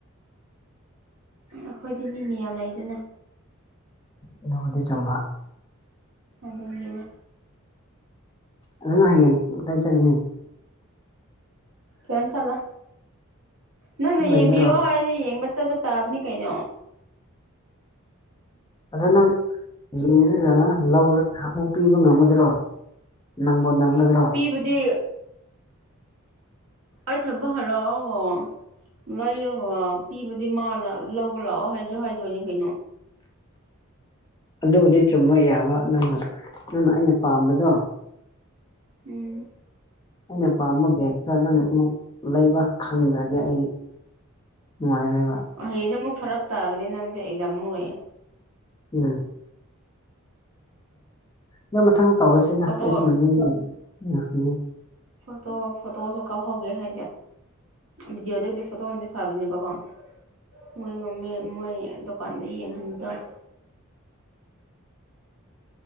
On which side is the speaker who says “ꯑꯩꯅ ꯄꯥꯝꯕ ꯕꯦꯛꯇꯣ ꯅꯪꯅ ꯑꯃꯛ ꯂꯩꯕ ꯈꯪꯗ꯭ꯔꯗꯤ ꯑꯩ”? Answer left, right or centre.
Left